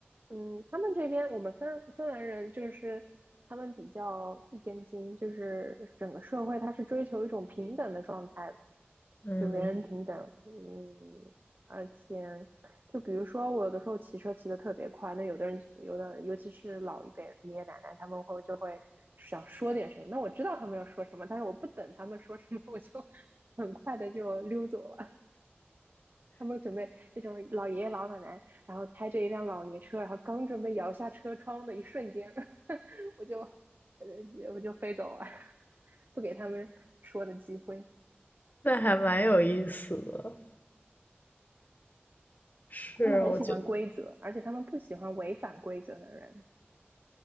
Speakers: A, on the right (about 55°); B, on the left (about 45°).
A: 嗯，他们这边我们芬芬兰人就是他们比较一根筋，就是整个社会他是追求一种平等的状态，
B: 嗯，
A: 就人人平等，嗯，而且就比如说我有的时候骑车骑得特别快，那有的人有的尤其是老一辈爷爷奶奶他们会就会想说点什么，那我知道他们要说什么，但是我不等他们说什么，我就 <laughs> 很快的就溜走了。他们准备那种老爷爷老奶奶，然后开着一辆老爷车，然后刚准备摇下车窗的一瞬间，<laughs> 我就呃我就飞走了，<laughs> 不给他们说的机会。
B: 那还蛮有意思的。是，
A: 他们很喜欢规则，
B: 我觉得
A: 而且他们不喜欢违反规则的人。